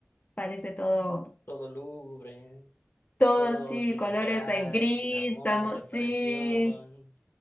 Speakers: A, on the left; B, on the left.
A: parece todo,
B: todo lúgubre,
A: todo
B: todo
A: sí,
B: sin
A: colores
B: esperanza,
A: en gris,
B: sin amor,
A: estamos,
B: depresión.
A: sí,